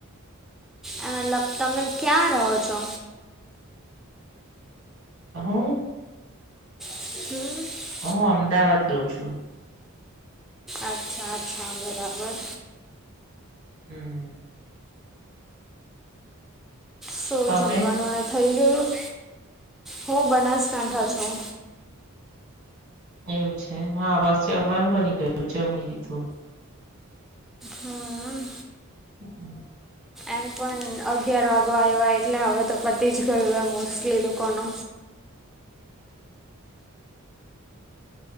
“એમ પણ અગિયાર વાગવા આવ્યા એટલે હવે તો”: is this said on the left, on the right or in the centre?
Centre